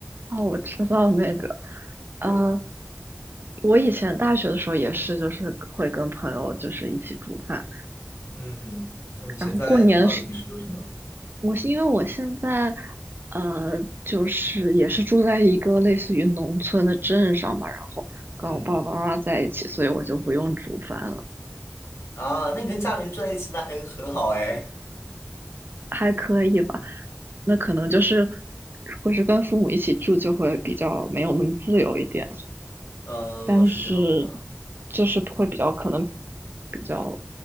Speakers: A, on the right (about 50°); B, on the left (about 75°).
A: 哦，我知道那个，
B: 对，
A: 呃，我以前大学的时候也是，就是会跟朋友就是一起煮饭，
B: 嗯，那你现在的话，
A: 然后过年的时，
B: 平时都什么？
A: 我是因为我现在，呃，就是也是住在一个类似于农村的镇上吧，然后跟我爸爸妈妈在一起，
B: 嗯
A: 所以我就不用煮饭了。
B: 啊，那你跟家里人住在一起，那很很好哎。
A: 还可以吧。那可能就是，如果是跟父母一起住，就会比较没有那么自由一点，
B: 嗯、
A: 但是
B: 是这样子的
A: 就是会比较可能比较